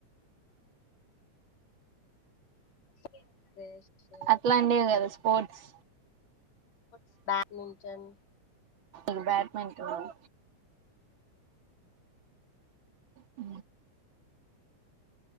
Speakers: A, on the left (about 60°); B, on the right (about 45°).
A: సుబెయ్ <unintelligible>
B: అట్లాంటివి కదా స్పోర్ట్స్
A: స్పోర్ట్స్ బ్యాడ్మింటన్
B: న్ బ్యాట్మింటన్ ఊ